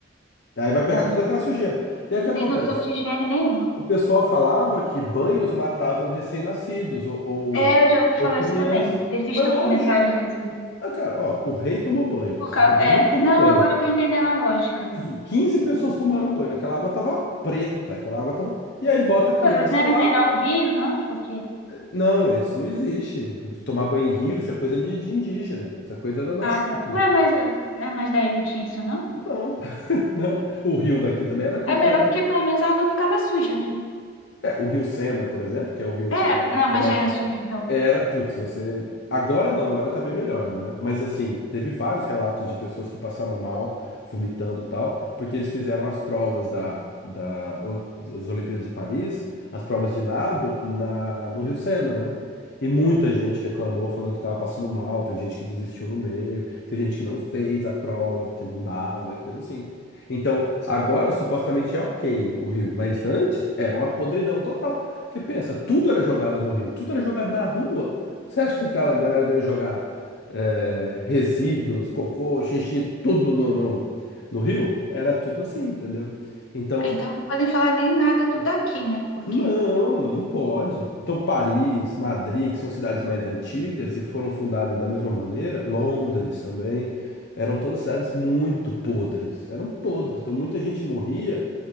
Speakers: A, on the left; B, on the left.
A: Aí vai pegar
B: É,
A: toda aquela sujeira. E aí
B: não
A: o que acontece?
B: tem noção de higiene nenhuma.
A: O pessoal falava que banhos matavam recém-nascidos ou, ou,
B: É, eu já ouvi falar
A: ou crianças.
B: isso também, desses
A: Mas
B: documentários
A: lógico,
B: assim.
A: Ah, cara, ó, o rei tomou banho,
B: Por
A: a
B: causa,
A: rainha
B: é,
A: tomou
B: não,
A: banho.
B: agora eu tô entendendo a lógica.
A: Tipo, 15 pessoas tomaram banho, aquela água tava preta, aquela água tava. E aí bota a criança
B: Pô, não era
A: lá.
B: melhor o Rio, não? Porque
A: Não, isso não existe. Tomar banho em rio, isso é coisa de, de indígena. Isso é coisa da nossa
B: Ah,
A: cultura.
B: tá. Ué, mas, eu- ah, mas daí não tinha isso, não?
A: Não, <laughs> não. O rio daqui também era completa.
B: É melhor porque pelo menos a água não ficava suja, né?
A: É, o rio Sena, por exemplo, que é o rio
B: É,
A: que
B: não,
A: corta
B: mas já era suja, então.
A: Era, putz, você. Agora não, agora tá bem melhor, né? Mas assim, teve vários relatos de pessoas que passaram mal, vomitando e tal, porque eles fizeram as provas da, da, o- das Olimpíadas de Paris, as provas de nado na, no Rio Sena, né? E muita gente reclamou falando que tava passando mal, teve gente que desistiu no meio, teve gente que não fez a prova porque não dava e coisa assim. Então, agora supostamente é ok o Rio, mas antes era uma podridão total. Porque pensa, tudo era jogado no Rio, tudo era jogado na rua. Você acha que aquela galera não ia jogar é, resíduos, cocô, xixi, tudo no, no, no Rio? Era tudo assim, entendeu? Então,
B: É, então não podem falar nem nada do daqui, né? Porque
A: não, não pode. Então, Paris, Madrid, que são cidades mais antigas e foram fundadas da mesma maneira, Londres também, eram todas cidades muito podres. Eram podres. Então, muita gente morria